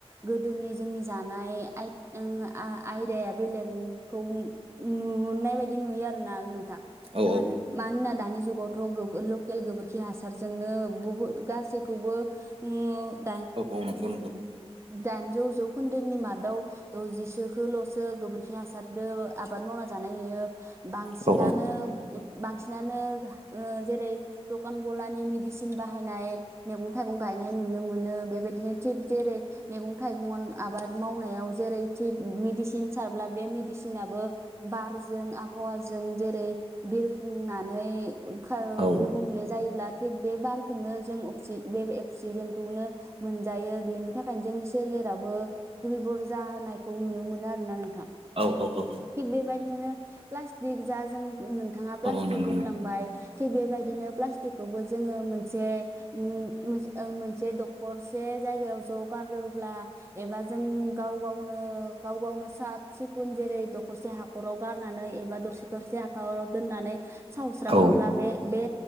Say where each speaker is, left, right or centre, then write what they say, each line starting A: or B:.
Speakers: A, on the right; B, on the right.
A: गोदोनि जोंनि जानाय आइ ओं आ आ-आयदाया बेलेगखौ नुनाय बायदि नुयो आरो ना नों थां
B: औ
A: मानो-मानोना
B: औ
A: दानि जुगावथ' गोबो लखेल गोबोरखि हासार जोंनो बुहुत गासैखौबो उम <unintelligible>
B: औ औ नंगौ नंगौ
A: दाइनजौ जौखोन्दोनि मादाव दजिसोखोल'सो गोबोरखि हासार दो आबाद मावना जानाय नुयो बांसिनानो
B: औ
A: बांसिनानो ओ जेरै दकान गलानि मेडिसिन बाहायनाय मैगं-थाइगं गं गायनाय नुनो मोनो बेबायदिनो थिग जेरै मेगं थाइगं आबाद मावनायाव जेरै थिग मेडिसिन सारब्ला बे मेडिसिनाबो बारजों आबहावाज जों जेरै बिरफुंनानै खा ओ
B: औ
A: गुबुंले जायोब्ला थिग बे बारखौनो जों बे अक्सि बे अक्सिजेनखौनो मोनजायो बेनि थाखायनो जोंनि सोले लेरावबो दुरबल जाहोनायखौ नुनो मोनो आरोना नों थां
B: औ औ
A: थिग बेबायदिनो प्लासथिग जा जों नों थांङा प्लास्टिक
B: औ औ नंगौ
A: बुंलांबाय
B: नंगौ
A: थिग बेबायदिनो प्लास्टिक खौबो जोंङो मोनसे उम मोज ओ मोनसे दखरसे जायगायाव ज गारो ब्ला एबा जों गाव गावनो गाव गावनो साब सिखुन जेरै दखरसे हाखराव गारनानै एबा दरसे थरसे हाखराव दोननानै सावस्रांङोब्ला
B: औ
A: बे-बे